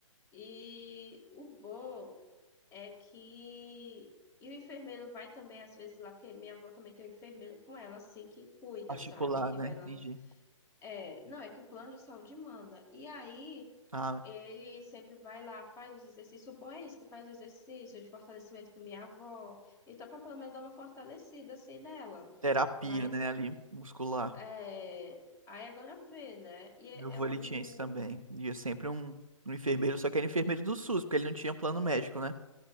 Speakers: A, on the left (about 15°); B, on the right (about 85°).
A: E o bom é que. E o enfermeiro vai também, às vezes, lá, porque minha avó também tem um enfermeiro com ela, assim, que cuida,
B: Particular,
A: sabe? Que
B: né?
A: vai
B: Entendi.
A: lá. É, não, é que o plano de saúde manda. E aí.
B: Ah,
A: Ele sempre vai lá, faz os exercícios. O bom é isso, que faz exercício de fortalecimento com minha avó. Então, para pelo menos dar uma fortalecida assim nela.
B: terapia,
A: Mas,
B: né? Ali, muscular.
A: é... aí agora vê, né? E é,
B: Meu avô,
A: é o.
B: ele tinha isso também. E sempre um, um enfermeiro, só que era enfermeiro do SUS, porque ele não tinha plano médico, né?